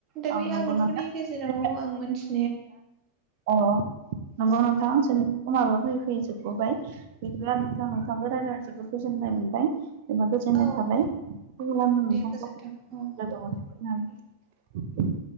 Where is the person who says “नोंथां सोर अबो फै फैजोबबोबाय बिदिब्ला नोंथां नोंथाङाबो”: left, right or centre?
Right